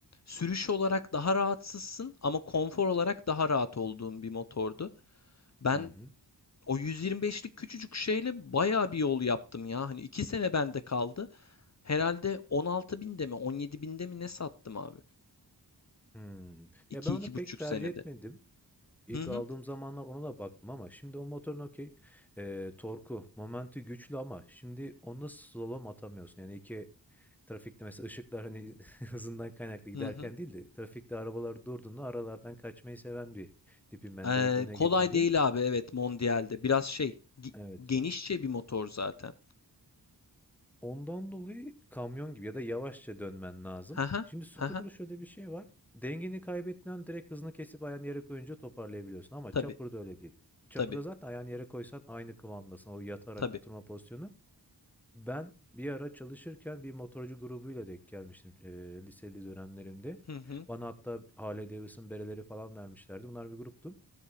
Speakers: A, on the left (about 45°); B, in the centre.
A: sürüş olarak daha rahatsızsın ama konfor olarak daha rahat olduğun bir motordu. Ben
B: Hı hı.
A: o 125'lik küçücük şeyle bayağı bir yol yaptım ya. Hani 2 sene bende kaldı. Herhalde 16 binde mi 17 binde mi ne sattım abi?
B: Hımm.
A: iki
B: Ya, ben onu
A: iki
B: pek
A: buçuk
B: tercih
A: senede.
B: etmedim. İlk
A: Hı hı
B: aldığım zamanlar ona da baktım ama şimdi o motorun okey, eee, torku, momenti güçlü ama şimdi onda slalom atamıyorsun. Yani iki trafikte mesela ışıklar hani <laughs> hızından kaynaklı giderken
A: hı hı.
B: değil de trafikte arabalar durduğunda aralardan kaçmayı seven bir tipim ben
A: Ee,
B: direkt öne
A: kolay
B: geçeyim diye.
A: değil abi evet Mondial'de. Biraz şey gi-
B: Evet.
A: genişçe bir motor zaten.
B: Ondan dolayı kamyon gibi ya da yavaşça dönmen lazım.
A: Hı hı
B: Şimdi scooter'da
A: hı hı.
B: şöyle bir şey var. Dengeni kaybettiğin an direkt hızını kesip ayağını yere koyunca toparlayabiliyorsun ama
A: Tabii.
B: chopper'da öyle değil. Chopper'da
A: Tabii,
B: zaten ayağını yere koysan aynı kıvamdasın. O yatarak
A: tabii.
B: oturma pozisyonu. Ben bir ara çalışırken bir motorcu grubuyla denk gelmiştim, eee, liseli dönemlerimde.
A: Hı hı,
B: Bana hatta Harley Davidson bereleri falan vermişlerdi. Bunlar bir gruptu.